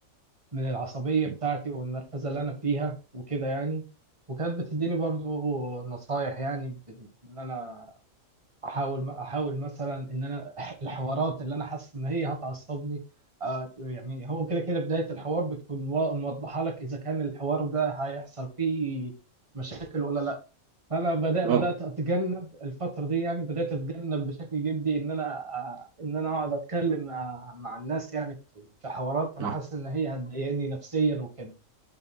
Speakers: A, on the right; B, on the right.
A: من العصبية
B: مم.
A: بتاعتي والمركزة اللي أنا فيها وكده يعني وكانت بتديني برضو نصايح يعني ب- إن أنا احاول احاول مثلا ان انا <laughs> الحوارات اللي انا حاسس ان هي هتعصبني آه، يعني هو كده كده بدايه الحوار بتكون وا- موضحه لك اذا كان الحوار ده هيحصل فيه مشاكل ولا لا فانا بدأ بدات
B: اه
A: اتجنب الفتره دي يعني بدات اتجنب بشكل جدي ان انا آه، ان انا اقعد اتكلم مع مع الناس يعني في في حوارات انا
B: اه
A: حاسس ان هي هتضايقني نفسيا وكده